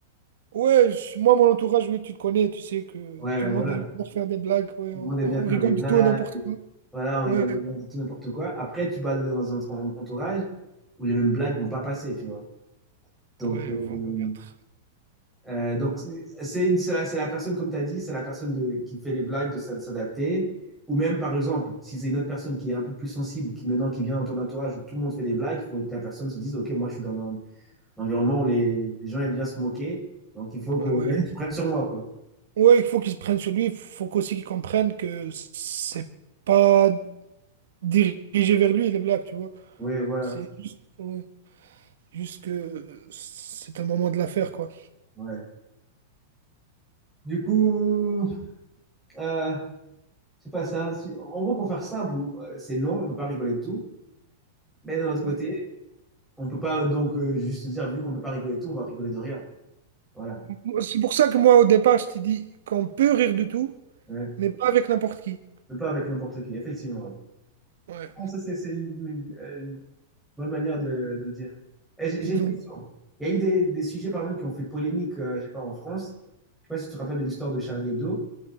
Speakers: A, on the right; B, in the centre.
A: Ouais, je- moi, mon entourage, oui, tu te connais, tu sais que
B: Ouais,
A: tout
B: voilà.
A: le monde aime bien faire des blagues. ouais,
B: Tout
A: on,
B: le monde aime
A: on
B: bien faire
A: rigole
B: des blagues.
A: du tout et n'importe quoi.
B: Voilà, on rigole
A: Ouais,
B: de tout n'importe quoi. Après, tu vas dans un entourage où les mêmes blagues vont pas passer, tu vois. Donc,
A: ouais,
B: euh,
A: vont connaître.
B: Euh, donc, c'est une- c'est la, c'est la personne, comme tu as dit, c'est la personne de- qui fait les blagues de s'ad- s'adapter. Ou même, par exemple, si c'est une autre personne qui est un peu plus sensible, qui maintenant qui vient dans ton entourage où tout le monde fait des blagues, il faut que la personne se dise, OK, moi je suis dans un, un environnement où les, les gens aiment bien se moquer, donc il faut que
A: Ouais.
B: <laughs> tu prennes sur moi, quoi.
A: Ouais, il faut qu'ils prennent sur lui, il faut qu'aussi qu'ils comprennent que c'est pas dirigé vers lui les blagues, tu vois.
B: Oui, voilà.
A: C'est juste, ouais, juste que c'est un moment de l'affaire, quoi.
B: Ouais. Du coup, euh, c'est pas ça. Si- en gros, pour faire simple, euh, c'est long, on ne peut pas rigoler de tout. Mais d'un autre côté,
A: Ouais.
B: on ne peut pas donc euh, juste dire, vu qu'on ne peut pas rigoler de tout, on va rigoler de rien. Voilà.
A: Moi, C'est pour ça que moi, au départ, je t'ai dit qu'on peut rire de tout,
B: Ouais.
A: mais pas avec n'importe qui.
B: Mais pas avec n'importe qui, effectivement. oui.
A: Ouais.
B: Bon, ça, c'est c'est une, une- une bonne manière de, de le dire. Eh, J'ai
A: <laughs>
B: j'ai une question. Il y a eu des, des sujets, par exemple, qui ont fait polémique, euh, je sais pas, en France. Je sais pas si tu te rappelles de l'histoire de Charlie Hebdo.